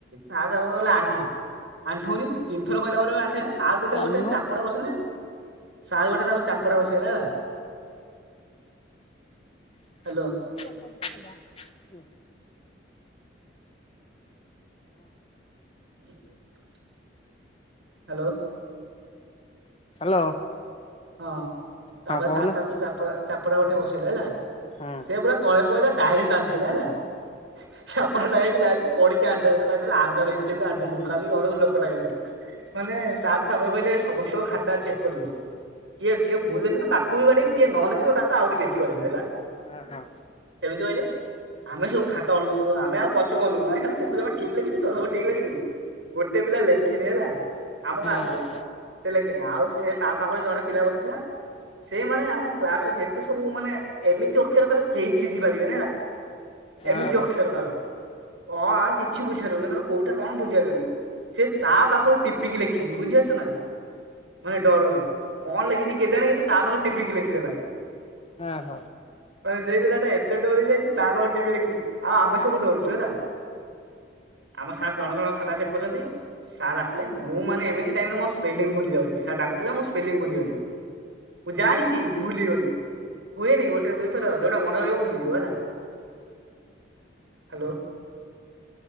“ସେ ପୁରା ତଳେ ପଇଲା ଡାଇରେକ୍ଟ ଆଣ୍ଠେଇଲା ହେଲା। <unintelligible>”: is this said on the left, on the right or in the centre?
Right